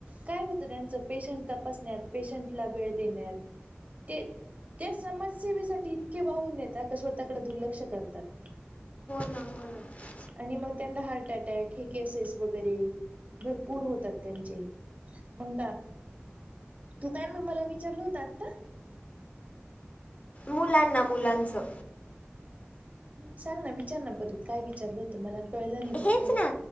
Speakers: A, on the right; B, on the left.
A: काय म्हणत त्यांचं, पेशंट तपासण्यात पेशंटला वेळ देण्यात. ते ते समजसेवेसाठी इतके वाहून येत- त्यात स्वतःकडे दुर्लक्ष करतात.
B: लाग ना <inaudible>
A: आणि मग त्यांना हार्ट अटॅक हे केसेस वगैरे भरपूर होतात त्यांचे. म का तू काय मला विचारलं होत आता.
B: मुलांना मुलांचं
A: सांग ना विचार ना परत काय विचारलं होतं मला. कळलं नाही पटकन
B: हेच ना